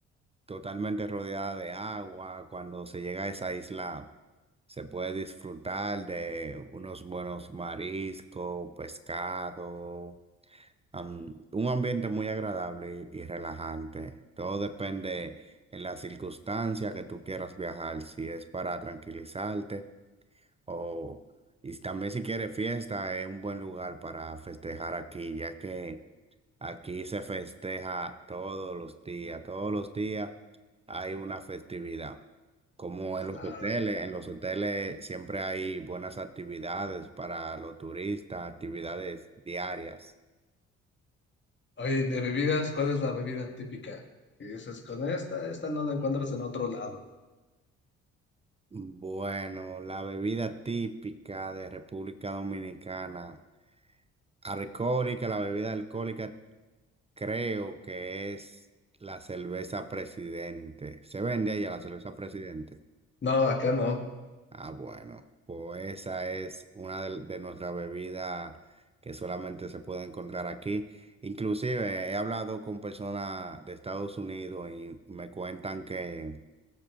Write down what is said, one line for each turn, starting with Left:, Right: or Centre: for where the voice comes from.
Right: totalmente rodeada de agua. Cuando se llega a esa isla, se puede disfrutar de unos buenos mariscos, pescado, am- un ambiente muy agradable y, y relajante. Todo depende en la circunstancia que tú quieras viajar, si es para tranquilizarte. Oh, y también si quiere fiesta, es un buen lugar para festejar aquí, ya que aquí se festeja todos los días, todos los días hay una festividad. Como
Left: Ahora,
Right: en los hoteles, en los hoteles siempre hay buenas actividades para los turistas, actividades diarias.
Left: oye, de bebidas, ¿cuál es la bebida típica? Y dices, con esta, esta no la encuentras en otro lado.
Right: Bueno, la bebida típica de República Dominicana, alcohólica, la bebida alcohólica Creo que es la cerveza Presidente. ¿Se vende allá la cerveza Presidente?
Left: No, acá no.
Right: Ah, bueno, pues esa es una de, de nuestras bebidas que solamente se puede encontrar aquí. Inclusive he hablado con personas de Estados Unidos y me cuentan que,